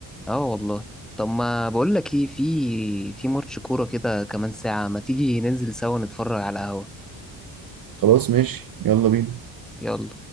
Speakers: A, in the centre; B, on the right.
A: اه والله طب ما بقول لك ايه في في ماتش كورة كده كمان ساعة ما تيجي ننزل سوا نتفرج على القهوة
B: خلاص ماشي يلا بينا
A: يلا